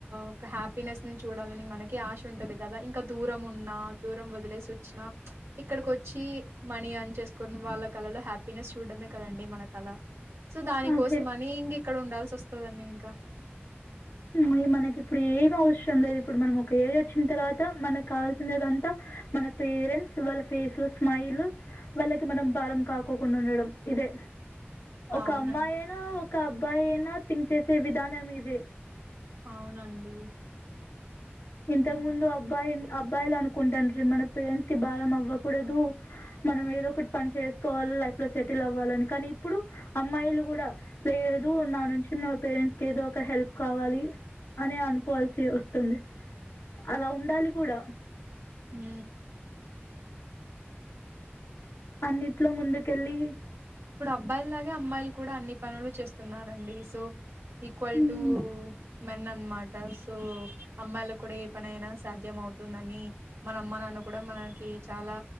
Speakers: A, on the right; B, on the left.
A: ఒక హ్యాపీ ఫినెస్ ని చూడాలని మనకి ఆశ ఉంటది కదా ఇంకా దూరం ఉన్నా దూరం వదిలేసి వచ్చిన ఇక్కడ ఇక్కడికొచ్చి మనీ అర్న్ చేసుకుని వాళ్ళ కళలో హ్యాపీనెస్ చూడడమే కదండి మన కళ సో దానికోసం
B: అదే.
A: అని ఇంగ ఇక్కడ ఉండాల్సి వస్తుందండి ఇంకా
B: మళ్ళీ మనకి ఇప్పుడు ఏం అవసరం లేదు ఇప్పుడు మనం ఒక ఏజ్ వచ్చిన తర్వాత మనకు కావాల్సినదంతా మన పేరెంట్స్ వాళ్ళ ఫేస్ లో స్మైల్ వాళ్ళకి మనం భారం కాకోకుండా ఉండడం ఇదే ఒక
A: అవునండి
B: అమ్మాయి అయినా ఒక అబ్బాయి అయినా థింక్ చేసే విధానం ఇదే
A: అవునండి
B: ఇంతకు
A: హ్మ్.
B: ముందు అబ్బాయి అబ్బాయిలు అనుకుంటాడ్రి మన పేరెంట్స్ కి బారం అవ్వకూడదు మనం ఏదో ఒకటి పని చేసుకోవాల లైఫ్ లో సెటిల్ అవ్వాలని కానీ ఇప్పుడు అమ్మాయిలు కూడా లేదు నా నుంచి నా పేరెంట్స్ కి ఏదో ఒక హెల్ప్ కావాలి అని అనుకోవాల్సి వస్తుంది అలా ఉండాలి కూడా
A: ఊ
B: అన్నిట్లో ముందుకెళ్ళి
A: అబ్బాయిలు లాగే అమ్మాయిలు కూడా అన్ని పనులు చేస్తున్నరండి so equal
B: hmm.
A: to Men అనమాట సో అమ్మాయిల కూడా ఏ పని అయినా సాధ్యం అవుతుందని మన అమ్మ నాన్న కూడా మనకి చాలా